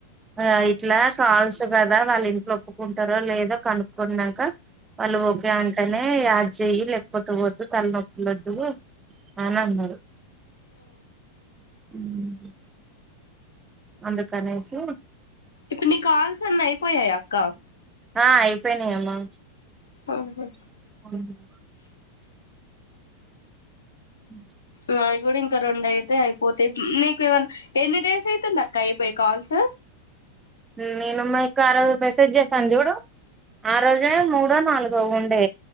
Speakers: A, on the right; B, on the left.
A: ఆ ఇట్లా కాల్స్ కదా వాళ్ళింట్లో ఒప్పుకుంటారో లేదో కనుక్కున్నాంక వాళ్ళు ఓకే అంటేనే యాడ్ చెయ్యి లేకపోతే వద్దు తలనొప్పులోద్దు అనన్నరు మ్మ్ అందుకనేసి
B: ఇప్పుడు నీ కాల్సన్ని అయిపోయాయ అక్క
A: ఆ అయిపోయినాయ అమ్మా
B: ఆహ
A: <unintelligible> ఉ
B: నావి కూడా ఇంకా రెండయితే అయిపోతయి నీకు ఏమనా ఎన్ని డేస్ అయితుంది అక్క అయిపోయి కాల్స్
A: మ్ నేను మీకి ఆరోజు మెసేజ్ చేసాను జుడు ఆ రోజే మూడో నాలుగో ఉండే